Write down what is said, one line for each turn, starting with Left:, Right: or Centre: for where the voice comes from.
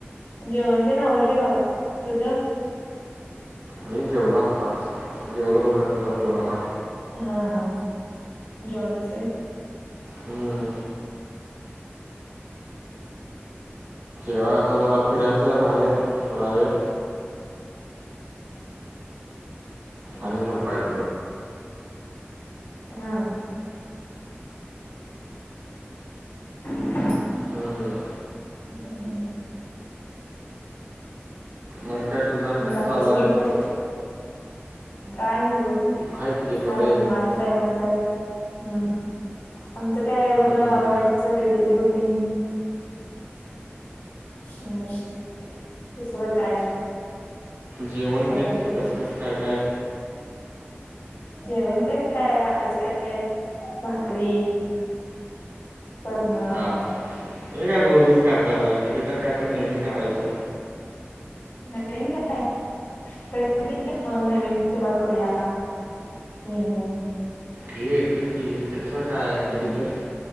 Left: जेवण तेन आवरलय बाबा तुझ?
Right: मी जेवलो आत्ताच जेवलो तोपर्यंत तुझा फोन आला.
Left: हां हां जेवलास होय.
Right: हम्म. तेव्हा आता जरा फिरायच बाहेर थोडा वेळ आणि झोपायच.
Left: हां <inaudible>
Right: हं
Left: <inaudible>
Right: मग काय तुझं आणि कसं
Left: बाकी
Right: चालू
Left: सगळे
Right: आहे
Left: बरेत काय नाही बघ.
Right: आहेत की
Left: हाय
Right: बरे आहेत
Left: निवांत आहे मजा आहे, हम्म आमच काय रोजच
Right: हम्म,
Left: आवरायच डेली रुटींग. हम्म दुसर काय?
Right: जेवण
Left: काहीतरी
Right: ते
Left: करेल
Right: कसं कसं काय काय
Left: जेवणतेण काय आज काय भाकरी. करणार
Right: हे काय रोज रोज करताय कधी तर काय तर नवीन करायच.
Left: नवीन काय कधी <unintelligible> नवीन तुला करूया मेनू.
Right: भ येतो की तस काय
Left: हम्म.
Right: कधी तरी